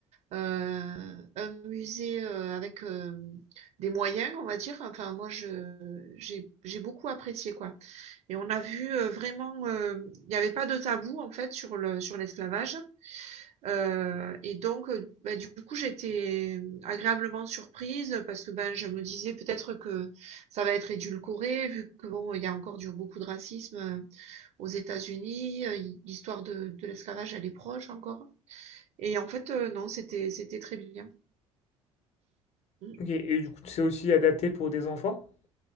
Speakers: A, on the right; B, on the left.
A: euh, un musée euh, avec euh, des moyens, on va dire. Enfin, moi, je j'ai j'ai beaucoup apprécié quoi. Et on a vu euh, vraiment, euh, il euh, n'y avait pas de tabou en fait sur le sur l'esclavage. Heu et donc, euh, bah, du coup, j'étais agréablement surprise parce que, ben, je me disais peut-être que ça va être édulcoré vu que bon, il y a encore du beaucoup de racisme, heu, aux États-Unis, heu, l'histoire de de l'esclavage, elle est proche encore et en fait, heu, non, c'était c'était très bien. Mmh.
B: Ok. Et du coup, c'est aussi adapté pour des enfants?